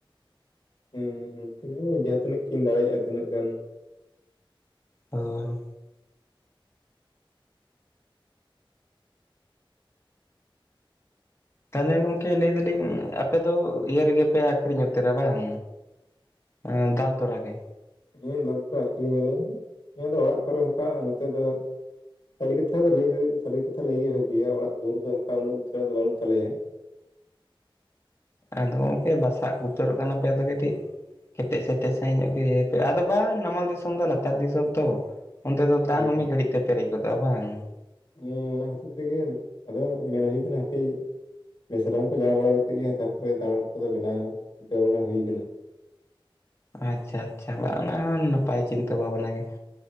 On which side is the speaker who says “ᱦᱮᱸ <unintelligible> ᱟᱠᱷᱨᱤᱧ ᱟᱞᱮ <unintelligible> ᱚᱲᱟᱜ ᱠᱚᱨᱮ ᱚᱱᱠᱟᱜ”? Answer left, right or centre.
Left